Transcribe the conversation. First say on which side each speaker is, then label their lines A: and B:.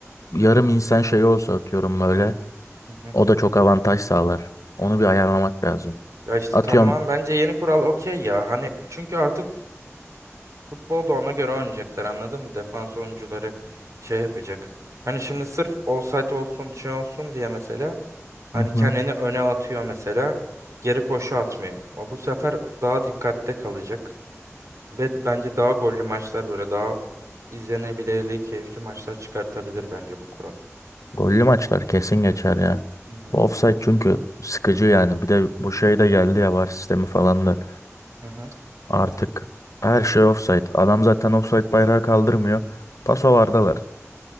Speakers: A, on the left; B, on the right.
A: yarım insan şeyi olsa atıyorum böyle
B: Hı hı.
A: o da çok avantaj sağlar. Onu bir ayarlamak lazım.
B: Ya işte
A: Atıyorum
B: tamam bence yeni kural okey ya. Hani çünkü artık Futbolda ona göre oynayacaklar anladın mı? Defans oyuncuları şey yapacak. Hani şimdi sırf offside olsun şey olsun diye mesela hani
A: hı hı,
B: kendini öne atıyor mesela geri koşu atmıyor. O bu sefer daha dikkatte kalacak ve bence daha gollü maçlar böyle daha izlenebilirliği keyifli maçlar çıkartabilir bence bu kural.
A: gollü maçlar kesin geçer ya.
B: Hı hı,
A: Bu offside çünkü sıkıcı yani. Bir de bu şey de geldi ya VAR sistemi falan da
B: hı hı.
A: artık her şey offside. Adam zaten offside bayrağı kaldırmıyor. Paso vardalar.